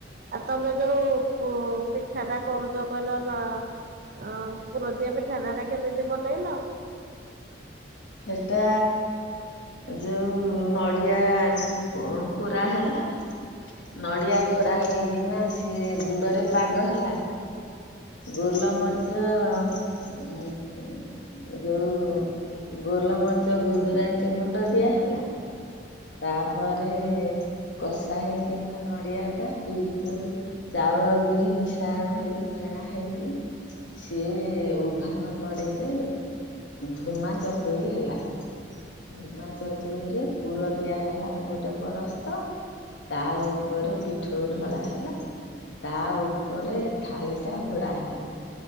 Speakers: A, on the right (about 50°); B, on the left (about 80°).
A: ଆଉ ତମେ ଯୋଉ ପିଠାଟା କରୁଛ କହିଲ ନ ଆ ପୁରଦିଆ ପିଠାଣାା ଟା କେମିତି ବନେଇଲା ଆଉ।
B: ହେଟା ଯୋଉ ନଡିଆ ଆଜି କୋ କୋରା ହେଲା ନଡିଆ କୋରା ହେଇକିନା ସିଏ ଗୁଡରେ ପାଗ ହେଲା। ଗୋଲମରିଚ ଉ ଯୋଉ ଗୋଲମରିଚ ଗୁଜୁରାତି ଗୁଣ୍ଡ ଦିଆହେଲା। ତାପରେ କଷା ହେଇକିନା ନଡିଆ ଟା ବିରି ଯୋଉ ଚାଉଳ ବିରି ମିଶାାୟଣ ହେଇକି ଫେଣା ହେଇକି ସିଏ ଉଭାନ କଡ଼େଇରେ ଧୂମା ଚକୁଳି ହେଲା। ଧୂମା ଚକୁଳିରେ ପୁର ଦିଆ ହେଲା ଗୋଟେ ପରସ୍ତ ତା ଉପରେ ପିଠୋଉ ଢଳା ହେଲା। ତା ଉପରେ ଥାଳି ଟା ଘୋଡ଼ା ହେଲା।